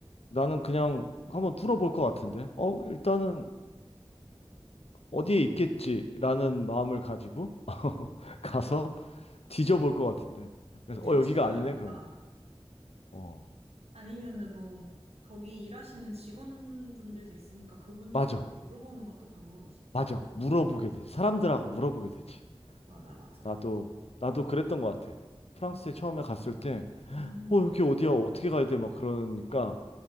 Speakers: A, on the left (about 75°); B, on the right (about 85°).
A: 나는 그냥
B: 음,
A: 한번 뚫어볼 것 같은데. 어, 일단은 어디에 있겠지라는 마음을 가지고 <laughs> 가서 뒤져볼 것 같은데. 그래서
B: 뭐 대충은
A: 어, 여기가 아니네?
B: 아니다.
A: 그러면 어,
B: 아니면은 뭐 거기 일하시는 직원분들도 있으니까 그분들께
A: 맞아,
B: 물어보는 것도 방법이지.
A: 맞아. 물어보게 되지. 사람들하고 물어보게 되지.
B: 맞아, 맞아.
A: 나도 나도 그랬던 것 같아. 프랑스에
B: 음.
A: 처음에 갔을 때,
B: 음,
A: 어 여기 어디야 어떻게 가야 돼 막 그러니까